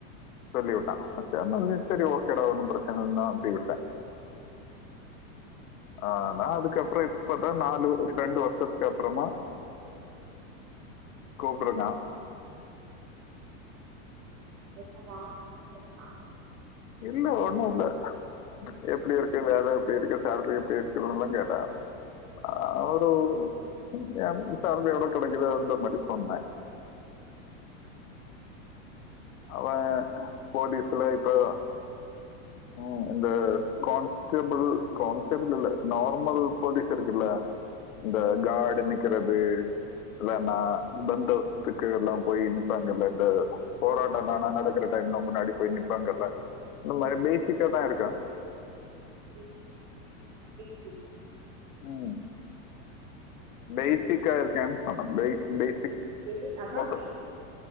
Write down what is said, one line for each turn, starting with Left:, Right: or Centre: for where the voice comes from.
Left: சொல்லிவுட்டா அவ சொன்னதுமே சரி
Right: ம்
Left: ஓகேடா ஒண்ணும் பிரச்சன இல்ல அப்டி விட்ட ஆனா அதுக்கப்றோ இப்பதா நாலு ரெண்டு வர்ஷத் அப்றமா கூப்ட்ருக்கா
Right: என்னவா என்ன சொல்ட்டா
Left: இல்ல ஒண்ணு இல்ல எப்டி இருக்கு வேல எப்டி இருக்கு சேல்ரி எப்டி இருக்குதுன்லா கேட்டா அ
Right: ம்
Left: ஒரு <unintelligible> சேல்ரி எவ்ளோ கெடைக்குது அந்த மாரி சொன்னா அவ போலீஸ்ல இப்போ அ இந்த கான்ஸ்கபுள் கான்ஸ்ஸபுள் இல்ல நார்மல் போலீஸ் இருக்குல்ல இந்த கார்டு நிக்குறது இல்லேனா
Right: ம்
Left: பந்தோஸ்த் த்துக்கு எல்லா போய் நிப்பாங்கல்ல இந்த போராட்டோலானா
Right: ஆமா
Left: நடக்கிற டைம்ல முன்னாடி போய் நிப்பாங்கல்ல ஒ
Right: ம்
Left: லைட்டுக்கா தா இருக்கோ
Right: ம் பி சி
Left: ம் பேசிக்கா இருக்கேன் சொன்ன பே பேசிக்
Right: ஏ அதா
Left: மோடு
Right: பி சி